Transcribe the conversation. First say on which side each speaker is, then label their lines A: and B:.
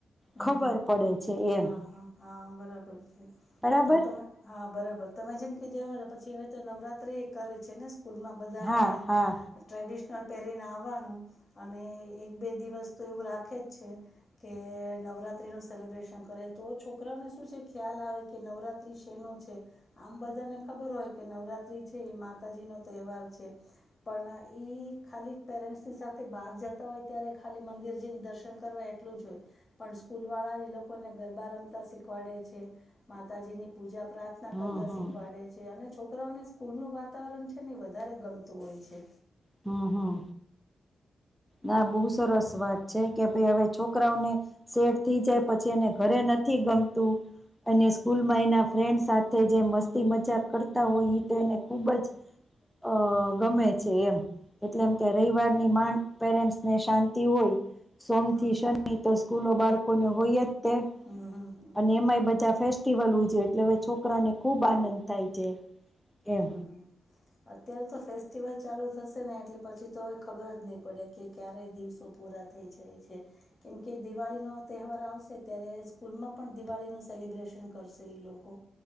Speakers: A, on the left; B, in the centre.
A: હમ
B: ખબર
A: હમ.
B: પડે છે એમ
A: હા હા હા બરાબર છે
B: બરાબર
A: તો તમે હા બરાબર તમે જેમ જે પછી હવે નવરાત્રી એ કરે છે ને સ્કૂલમાં બધાને
B: હા હા
A: ટ્રેડિશનલ પેરીને આવવાનું અને એક બે દિવસ તો એવું રાખ ખે જ છે કે નવરાત્રી નું સેલબ્રેશન કરે તો છોકરાને શું છે ખ્યાલ આવે કે નવરાત્રી શેનું છે આમ બધાને ખબર હોય કે નવરાત્રી છે એ માતાજી નો તહેવાર છે પણ ઈ ખાલી પેરેન્ટસની સાથે બાર જતા હોય ત્યારે ખાલી મંદિર જયે ને દર્શન કરવા એટલુ જ હોય પણ સ્કૂલ વાળા ઈ લોકોને ગરબા રમતા શીખવાડે છે માતા જી ની પૂજા પ્રાર્થના
B: હમ
A: કરતા
B: હમ
A: શીખવાડે છે અને છોકરાઓને સ્કૂલ નું વાતાવરણ છે ને વધારે ગમતું હોય છે
B: હમ્મ હમ્મ ના બહુ સરસ વાત છે કે ભઈ હવે છોકરાઓને સેટ થઈ જાય પછી એને ઘરે ન નથી ગમતું અને સ્કૂલમાં એના ફ્રેન્ડ સાથે જે મસ્તી મજાક કરતા હોય ઈ તો એને ખૂબ જ અ ગમે છે એમ એટલે એમ કે રવિવારની માંડ પેરેન્ટસ ને શાંતિ હોય સોમથી
A: હમ
B: શનિ તો સ્કૂલો બાળકોને હોયજ તે
A: હમ હમ હમ
B: અને એમાય બધા ફેસ્ટિવલ ઉજવે એટલે હવે છોકરાને ખૂબ આનંદ થાય છે એમ
A: હમ હમ અત્યારે તો ફેસ્ટિવલ ચાલુ થશે ને એટલે પછી તો હવે ખબર જ નહી પડે કે ક્યારેય દિવસો પૂ રા થઈ છે કેમકે દિવાળી નો તહેવાર આવશે ત સ્કૂલમાં પણ દિવાળીના સેલી બ્રેશન કરસે એ લોકો